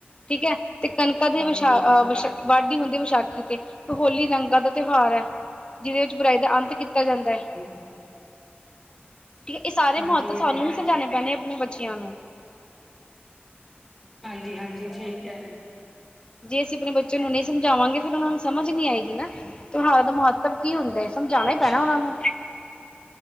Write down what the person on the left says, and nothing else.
ਠੀਕ ਐ। ਤੇ ਕਣਕਾਂ ਦੀ
ਵਿਸ਼ਾਹ ਵਿਸ਼ਾ ਵਾਢੀ ਹੁੰਦੀ ਵਿਸਾਖੀ ਤੇ ਹੋਲੀ ਰੰਗਾਂ ਦਾ ਤਿਉਹਾਰ ਹੈ। ਜਿਹਦੇ ਵਿੱਚ ਬੁਰਾਈ ਦਾ ਅੰਤ ਕੀਤਾ ਜਾਂਦਾ ਐ।
ਠੀਕ ਹੈ ਇਹ ਸਾਰੇ
ਮਹੱਤਵ ਸਾਨੂੰ
ਈ ਸਮਝਾਉਣੇ ਪੈਣੇ ਆਪਣੇ ਬੱਚਿਆਂ ਨੂੰ।
ਜੇ ਅਸੀਂ ਆਪਣੇ ਬੱਚੇ ਨੂੰ ਨਹੀਂ ਸਮਝਾਵਾਂਗੇ ਫੇਰ ਉਹਨਾ ਨੂੰ ਸਮਝ ਨੀ ਆਏਗੀ ਨਾ ਤਿਉਹਾਰ ਦਾ ਮਹੱਤਵ ਕੀ ਹੁੰਦਾ ਹੈ ਸਮਝਾਉਣਾ
ਈ ਪੈਣਾ ਉਹਨਾਂ ਨੂੰ।